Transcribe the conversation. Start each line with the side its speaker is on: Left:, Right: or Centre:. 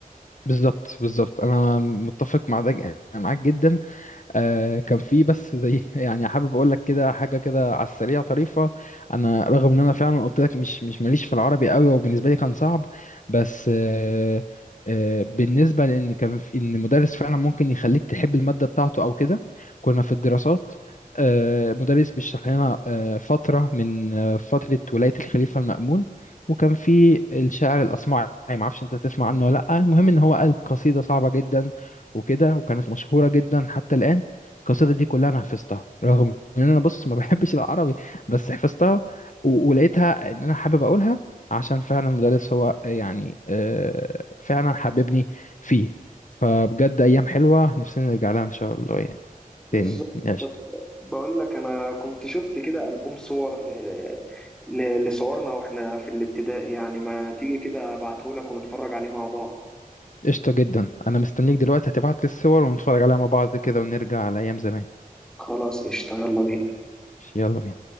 Left: بالظبط بالظبط انا متفق مع ده ج- معاك جدا آه كان في بس زي <laughs> يعني حابب اقول لك كده حاجه كده على السريع طريفه انا رغم ان انا فعلا قلت لك مش مش ماليش في العربي قوي وبالنسبه لي كان صعب بس آه آه بالنسبه لان كان في ان مدرس فعلا ممكن يخليك تحب الماده بتاعته او كده كنا في الدراسات آه مدرس بيشرح لنا آه فتره من آه فتره ولايه الخليفه المأمون وكان في الشاعر الاصمعي ما اعرفش انت تسمع عنه ولا لا المهم ان هو قال قصيده صعبه جدا وكده وكانت مشهوره جدا حتى الان القصيدة دي كلها أنا حفظتها رغم إن أنا بص ما بحبش العربي بس حفظتها و- ولقيتها إن أنا حابب أقولها عشان فعلا المدرس هو يعني آه، فعلا حببني فيه فبجد أيام حلوة نفسنا نرجع لها إن شاء الله يعني
Centre: بالظبط
Left: تاني قشطة
Centre: طب بقول لك انا كنت شفت كده البوم صور ل... ل... لصورنا واحنا في الابتدائي يعني ما تيجي كده ابعته لك ونتفرج عليه مع بعض
Left: قشطة جدا أنا مستنيك دلوقتي هتبعت لي الصور ونتفرج عليها مع بعض كده ونرجع على أيام زمان
Centre: خلاص قشطة يلا بينا
Left: يلا بينا